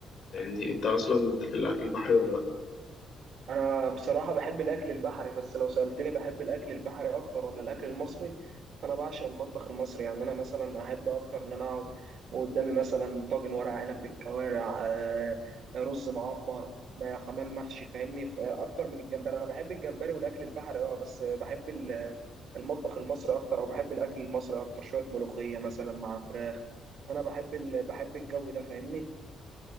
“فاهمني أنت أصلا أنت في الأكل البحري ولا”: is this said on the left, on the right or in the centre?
Left